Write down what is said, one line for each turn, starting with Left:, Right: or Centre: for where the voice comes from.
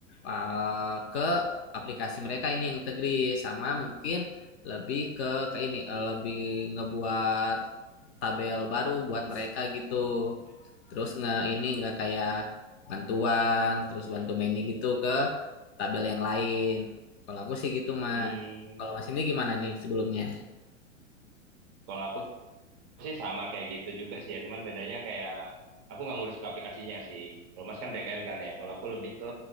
Left: eh, ke aplikasi mereka ini yang integri sama mungkin lebih ke ke ini eh, lebih ngebuat tabel baru buat mereka gitu. Terus nge ini nggak kayak bantuan, terus bantu many gitu ke tabel yang lain. Kalau aku sih gitu, Mas.
Right: Hmm.
Left: Kalau Mas ini gimana nih sebelumnya?
Right: Kalau aku sih sama kayak gitu juga sih ya, cuman bedanya kayak aku nggak ngurus ke aplikasinya sih. Kalau Mas kan back end kan ya, kalau aku lebih ke